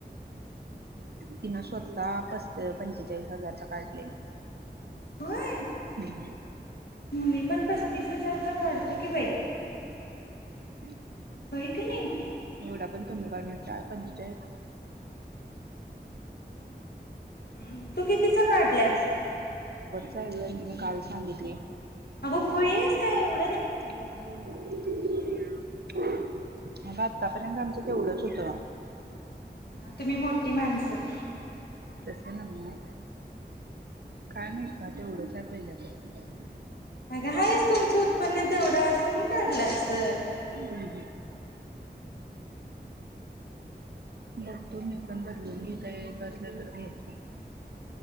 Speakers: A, on the right; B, on the left.
A: तिन स्वतः पस अ पंचेचाळीस हजारचा काढलेली
B: होय
A: हम्
B: मी पण पस्तीस हजारचा काढ तूकी बाई
A: हम्
B: होय का नाही?
A: गोडा पण कमी करणार चाय पण पण चाई
B: अम तू कितीच काढल्यास
A: <unintelligible> तिन काल सांगितली
B: अगं खुळी येस काय एव
A: हो, हो <unintelligible> अग आत्तापर्यंत आमचं तेवढंच होतं
B: हा तुम्ही मोठी माणसं
A: तसं नव्हं काय माहीत का तेवढंच हायत पहिलापासुन <inaudible>
B: अग हायच तुमचं उत्पन्न तेवढच म्हणून काढल असल
A: हम्म बघतो मी पण बदलून घेता येत असलं तर घेतो